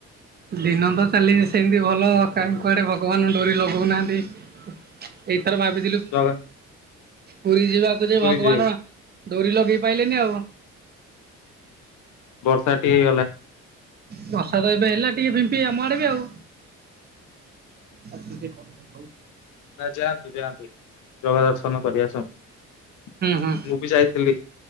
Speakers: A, on the right (about 35°); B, on the left (about 80°).
A: ଦିନ ତ ଚାଲିଛି ସେମିତି ଭଲ କାହିଁ କୁଆଡେ ଭଗବାନ ଡୋରି ଲଗଉନାହାନ୍ତି। ଏଇଥର ଭାବିଥିଲୁ
B: ଜଗା
A: ପୁରୀ ଯିବାକୁ ଯେ
B: ପୁରୀ
A: ଭଗବାନ
B: ଯିବେ
A: ଡୋରି ଲଗେଇ ପଇଲେନି ଆଉ
B: ବର୍ଷା ଟିକେ ହେଇଗଲା।
A: ବର୍ଷାଦ ଏବେ ହେଲା ଟିକେ ଫିମ୍ପି ଆମ ଆଡ଼େ ବି ଆଉ <unintelligible>
B: ନା ଯାଆନ୍ତୁ ଯାଆନ୍ତୁ ଜଗା ଦର୍ଶନ କରି ଆସନ୍ତୁ।
A: ହୁଁ
B: ମୁଁ ବି ଯାଇଥିଲି।